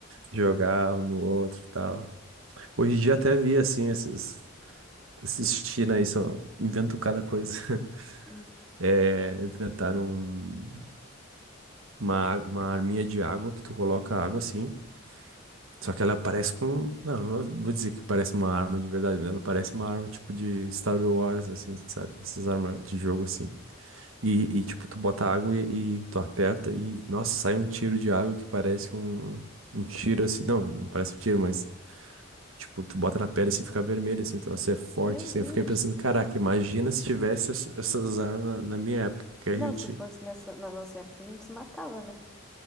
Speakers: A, on the right; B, in the centre.
A: jogar um no outro e tal. Hoje em dia até vi, assim, esses. Esses China aí só inventam cada coisa. <laughs>
B: Hum.
A: É, inventaram um- uma, água- uma arminha de água que tu coloca água assim. Só que ela parece com. Não, não vou dizer que parece uma arma de verdade, mas ela parece uma arma tipo de Star Wars, assim, sabe? Essas armas de jogo, assim. E, e tipo, tu bota água e, e tu aperta e, nossa, sai um tiro de água que parece um, um tiro, assim. Não, não parece um tiro, mas, tipo, tu bota na pele e assim, fica vermelho, assim, então você é forte,
B: Meu
A: assim.
B: Deus.
A: Eu fiquei pensando, caraca, imagina se tivesse ess- essas armas na, na minha época, que a
B: Não,
A: gente.
B: se fosse nessa, na nossa época, a gente se matava, né?